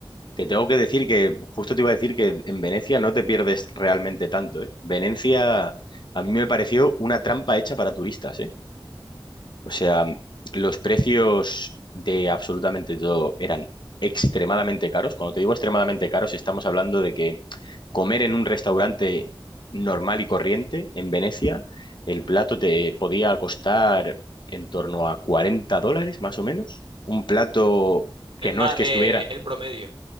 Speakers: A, on the left (about 55°); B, on the right (about 75°).
A: Te tengo que decir que, justo te iba a decir que en Venecia no te pierdes realmente tanto, ¿eh? Venecia a mí me pareció una trampa hecha para turistas, ¿eh? O sea, los precios de absolutamente todo eran extremadamente caros. Cuando te digo extremadamente caros, estamos hablando de que comer en un restaurante normal y corriente en Venecia, el plato te podía costar en torno a 40 dólares, más o menos. Un plato
B: El
A: que
B: ma-
A: no es que
B: eh,
A: estuviera
B: el promedio.